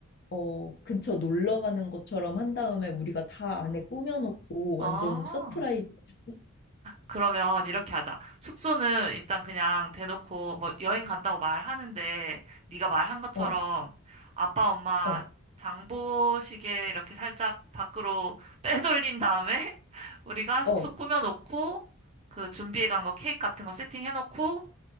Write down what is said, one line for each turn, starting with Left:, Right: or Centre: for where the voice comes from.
Left: 어, 근처 놀러 가는 것처럼 한 다음에 우리가 다 안에 꾸며놓고 완전
Right: 어.
Left: 서프라이즈 해줄게.
Right: 그러면 이렇게 하자. 숙소는 일단 그냥 대놓고 뭐 여행 간다고 말하는데 네가 말한 것처럼
Left: 어,
Right: 아빠 엄마
Left: 어,
Right: 장보시게 이렇게 살짝 밖으로 <laughs> 빼돌린 다음에 <laughs> 우리가 숙소
Left: 어,
Right: 꾸며놓고 그 준비해 간 거 케이크 같은 거 세팅해 놓고